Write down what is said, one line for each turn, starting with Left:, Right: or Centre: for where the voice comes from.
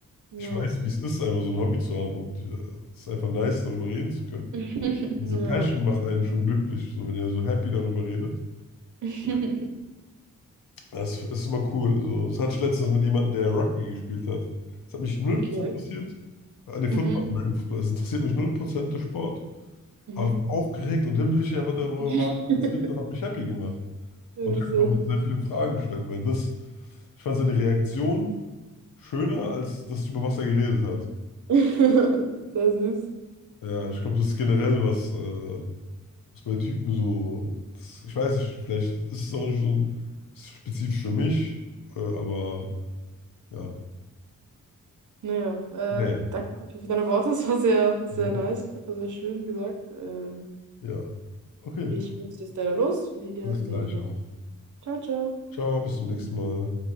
Right: Ja.
Left: ich weiß, wie es ist, einfach so ein Hobby zu haben und äh, es ist einfach nice, darüber reden zu können.
Right: <laughs>
Left: Diese
Right: Ja.
Left: Passion macht einen schon glücklich, so, wenn er so happy darüber redet.
Right: <laughs>
Left: Das ist immer cool. So. Das hatte ich letztens mit jemandem, der Rugby gespielt hat. Das hat mich null
Right: Okay.
Left: Prozent interessiert. An den
Right: Mhm.
Left: Football, American Football. Es interessiert mich null Prozent der Sport.
Right: Mhm.
Left: Aber wie aufgeregt und himmlisch er darüber
Right: <laughs>
Left: war, dass er das erzählt hat, hat mich happy gemacht.
Right: Ja,
Left: Und ich
Right: Sehr
Left: habe noch
Right: süß.
Left: sehr viele Fragen gestellt, weil das, ich fand seine Reaktion schöner als das, über was er geredet hat.
Right: <laughs> Sehr süß.
Left: Ja, ich glaube, das ist generell was, äh, was bei Typen so, das, ich weiß nicht, vielleicht ist es auch nicht so ein, spezifisch für mich, äh, aber ja,
Right: Naja, äh,
Left: naja.
Right: danke auf jeden Fall für deine Worte. Es war sehr, sehr
Left: Mhm.
Right: nice. Auf jeden Fall sehr schön gesagt. Äh,
Left: Ja, okay.
Right: ich muss jetzt leider los. Wir
Left: Alles
Right: sehen
Left: gleich
Right: uns.
Left: auch.
Right: Ciao, ciao.
Left: Ciao, bis zum nächsten Mal.